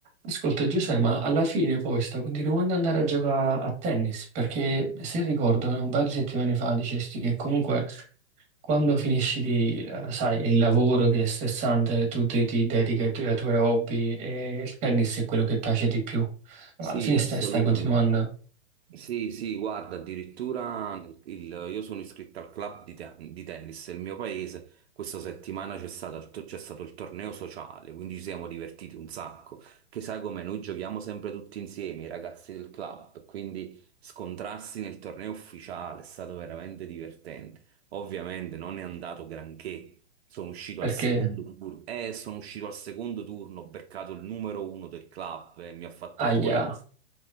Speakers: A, on the right (about 20°); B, on the right (about 65°).
A: Ascolta Giuseppe, ma alla fine poi sta continuando ad andare a giocare a tennis, perché se ricordo un paio di settimane fa dicesti che comunque quando finisci di, eh, sai, il lavoro che è stressante, tu ti, ti dedichi ai tuoi, ai tuoi hobby e il tennis è quello che piace di più. Ma
B: Sì,
A: alla fine
B: assolutamente.
A: stai, stai continuando
B: Sì, sì, guarda, addirittura il- io sono iscritto al club di, te- di tennis del mio paese. Questa settimana c'è stato, il to- c'è stato il torneo sociale, quindi ci siamo divertiti un sacco. Che sai come noi giochiamo sempre tutti insieme, i ragazzi del club, quindi scontrarsi nel torneo ufficiale è stato veramente divertente. Ovviamente non è andato granché. Sono uscito
A: perché,
B: al secondo turno, eh, sono uscito al secondo turno, ho beccato il numero uno del club e mi ha fatto
A: aia,
B: fuori